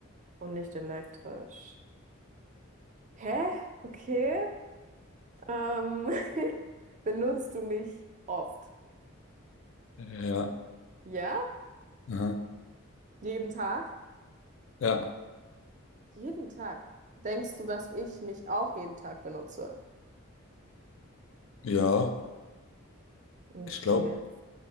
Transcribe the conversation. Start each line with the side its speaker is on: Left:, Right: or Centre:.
Right: Und nicht elektrisch. Hä? Okay. Ähm, <laughs> benutzt du mich oft?
Left: ja,
Right: Ja?
Left: aha,
Right: Jeden Tag?
Left: ja,
Right: Jeden Tag. Denkst du, dass ich mich auch jeden Tag benutze?
Left: ja,
Right: Okay.
Left: ich glaube.